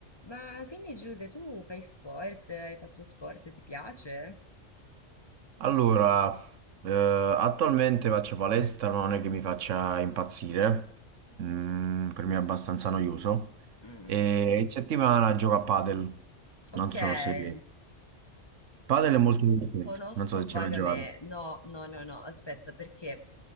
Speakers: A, on the left (about 20°); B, on the right (about 85°).
A: Ma quindi Giuse, tu fai sport? Hai fatto sport? Ti piace?
B: Allora, eh, attualmente faccio palestra, ma non è che mi faccia impazzire, Mm, per me è abbastanza noioso.
A: Mm,
B: E in settimana gioco a padel,
A: Ok,
B: non
A: eh,
B: so se... Padel è molto divertente,
A: conosco
B: non so se
A: vagamente.
B: ci hai mai giocato.
A: No, no, no, no, aspetta, perché